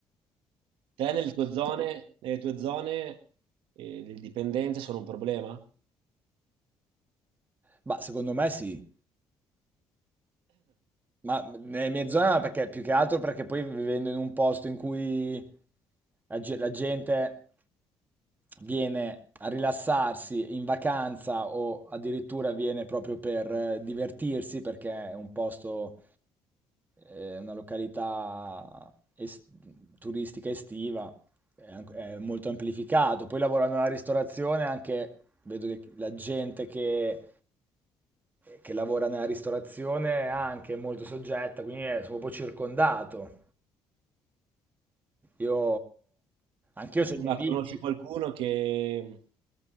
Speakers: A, on the right (about 80°); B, on the right (about 20°).
A: Te nelle tue zone, nelle tue zone eh, le dipendenze sono un problema?
B: Ma secondo me sì. Ma nelle mie zone no, perché più che altro perché poi vivendo in un posto in cui la, ge- la gente viene a rilassarsi in vacanza o addirittura viene proprio per eh, divertirsi perché è un posto, eh, una località es- turistica estiva, è anc- è molto amplificato. Poi lavorando nella ristorazione anche vedo che la gente che, che lavora nella ristorazione è anche molto soggetta, quindi è- sono un po' circondato. Io, anch'io ho i miei
A: Ma
B: vizi.
A: conosci qualcuno che,